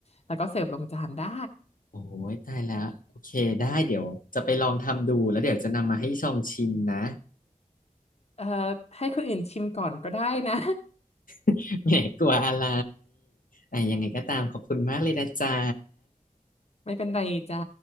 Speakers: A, on the left; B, on the left.
A: แล้วก็เสิร์ฟลงจานได้
B: โอ้ยตายแล้วโอเคได้เดี๋ยวจะไปลองทำดูแล้วเดี๋ยวจะนำมาให้ชองชิมนะ
A: เอ่อ ให้คนอื่นชิมก่อนก็ได้นะ
B: <laughs> แหมกลัวอะไรอ่ะยังไงก็ตามขอบคุณมากเลยนะจ๊ะ
A: <laughs> ไม่เป็นไรจ้า